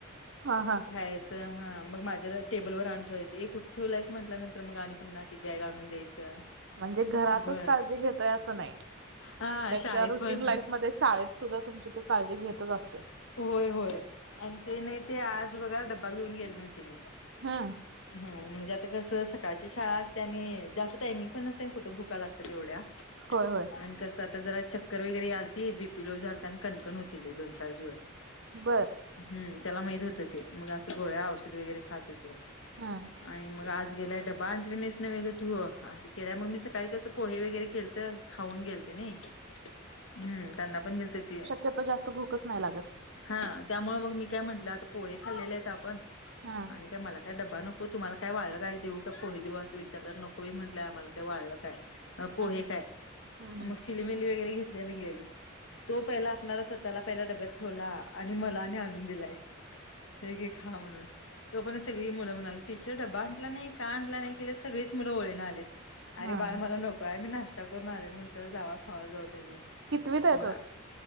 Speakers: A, on the right; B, on the left.
A: हा हा
B: हा मग माझ्या टेबलवर आणुन ठेवायचं ए कुठे ठेवलायच म्हटल्यानंतर मग आणि पुन्हा ती बॅग आणून द्यायचं.
A: म्हणजे घरातच
B: बर
A: काळजी घेतोय असं नाही.
B: हा
A: त्याच्या
B: शाळेत
A: रुटीन
B: पण
A: लाईफ मध्ये शाळेत सुद्धा तुमची तो काळजी घेतच असतोय.
B: होय होय आणि ते नाही ते आज बघा डब्बा घेऊन गेले नव्हते मी.
A: हम्म.
B: ह म्हणजे आता कसं सकाळची शाळा असते आणि जास्त टायमिंग पण नसते आणि कुठं भुका लागतात येवढ्या.
A: होय होय.
B: आणि कसं आता जरा चक्कर वगैरे याल त बीपी लो झालता आणि कणकण होती लय दोन चार दिवस.
A: बरं.
B: हम्म त्याला माहीत होतं ते मग असं गोळ्या औषध वगैरे खात होते.
A: हम्म.
B: आणि मग आज गेलाय डबा आणले नाहीस ना वगं तू असं केय मग मी सग सकाळी कसं पोहे वगैरे खेलत खाऊन गेलते ना हम्म त्यांना पण दिलत ते
A: ते जास्त भूकच नाही लागत
B: हा त्यामुळे मग मी काय म्हटलं आता पोहे खाल्लेले आहेत आपण
A: हं
B: आणि काय मला काय डब्बा नको. हो तुम्हाला काय वाढलं काय देऊ काय पोहे देऊ असं विचारत नकोी म्हटलंय आम्हाला काय वाढलं काय? पोहे
A: हं
B: काय
A: हं
B: मग चिलीमिली वगैरे घेतलेले गेले तो पहिला आपल्याला त्याला पहिला डब्यात ठेवला आणि मला आणि आण दिलाय व खा म्हणून तो पण सगळी मुलं म्हणाली. टीचर डबबा आणला नाही का आणला नाही के सगळीच मुलं ळना आलेत
A: हं
B: अरे बाळ मला नको आहे मी नाशत. आता करून आले म्हंटलं जावा खावा जाऊ तही
A: कितवीत आहे
B: मग
A: तो?